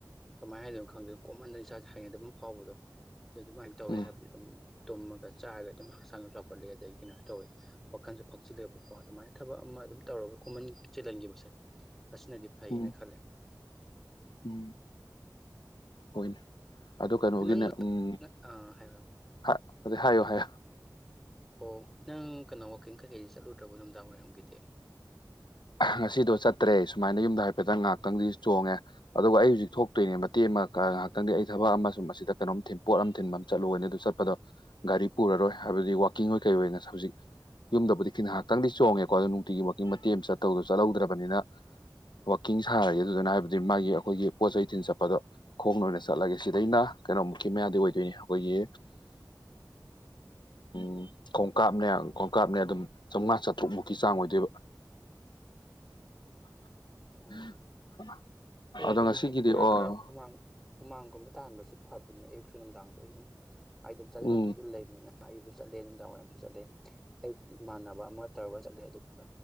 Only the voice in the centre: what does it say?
ꯀꯃꯥꯏꯅ ꯍꯥꯏꯗꯣꯏꯅꯣ ꯈꯪꯗꯦ ꯀꯣꯃꯟꯗꯅ ꯏꯁꯥꯁꯦ ꯍꯩꯅꯗꯕ ꯑꯃ ꯐꯥꯎꯕꯗꯣ ꯑꯗꯨ ꯑꯗꯨꯃꯥꯏꯅ ꯇꯧꯋꯦ
ꯍꯥꯏꯕꯗꯤ ꯑꯗꯨꯝ ꯇꯨꯝꯃꯒ ꯆꯥꯔꯒ ꯑꯗꯨꯝ ꯍꯛꯆꯥꯡꯁꯨ ꯆꯥꯎꯈꯠꯂꯦ ꯑꯗꯒꯤ ꯀꯩꯅꯣꯁꯨ ꯇꯧꯋꯦ ꯋꯥꯈꯜꯁꯨ ꯐꯛꯆꯤꯜꯂꯦꯕꯀꯣ ꯑꯗꯨꯃꯥꯏꯅ ꯊꯕꯛ ꯑꯃ ꯑꯗꯨꯝ ꯇꯧꯔꯒ ꯀꯣꯃꯟ ꯆꯤꯜꯍꯟꯈꯤꯕꯁꯦ ꯑꯁꯤꯅꯗꯤ ꯐꯩꯌꯦꯅ
ꯈꯜꯂꯦ
ꯅꯪ
ꯑꯥ ꯍꯥꯏꯌꯣ
ꯑꯣ ꯅꯪ ꯀꯩꯅꯣ ꯋꯥꯛꯀꯤꯡ ꯀꯩꯀꯩ ꯆꯠꯂꯨꯗ꯭ꯔꯕꯣ ꯅꯨꯡꯗꯥꯡ ꯋꯥꯏꯔꯝꯒꯤꯗꯤ
<inaudible>
ꯎꯝ ꯍꯣꯏ
ꯑꯗꯨꯝ
ꯍꯥꯏꯗꯤ ꯈꯔ
ꯈꯔ ꯍꯨꯃꯥꯡ ꯍꯨꯃꯥꯡꯒꯨꯝꯕ ꯇꯥꯍꯥꯟꯕꯁꯦ ꯐꯕꯅꯦ ꯑꯌꯨꯛꯁꯨ ꯅꯨꯡꯗꯥꯡꯁꯨ ꯑꯩ ꯑꯗꯨꯝ ꯍꯥꯏ ꯑꯗꯨꯝ ꯆꯥꯁꯤꯜꯂ
ꯇꯨꯝꯁꯤꯜꯂ ꯂꯩꯕꯅꯤꯅ ꯑꯌꯨꯛꯁꯨ ꯆꯠꯂꯦ ꯅꯨꯡꯗꯥꯡ ꯋꯥꯏꯔꯝꯁꯨ ꯆꯠꯂꯦ ꯑꯌꯨꯛꯇ ꯏꯃꯥꯟꯅꯕ ꯑꯃ ꯇꯧꯔꯒ ꯆꯠꯂꯦ ꯑꯗꯨꯒ